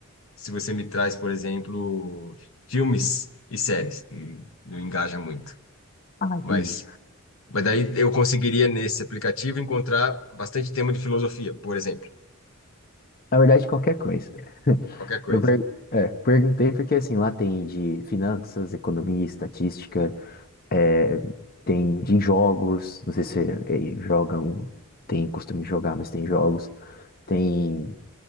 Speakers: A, on the left; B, on the left.
A: se você me traz, por exemplo, filmes e séries. Hum, Não engaja muito.
B: Ah, entendi.
A: Mas, mas daí eu conseguiria, nesse aplicativo, encontrar bastante tema de filosofia, por exemplo,
B: Na verdade, qualquer coisa. <laughs>
A: qualquer coisa.
B: Eu per- é, perguntei porque, assim, lá tem de finanças, economia, estatística. É, tem de jogos, não sei se eh, jogam, tem costume de jogar, mas tem jogos. Tem,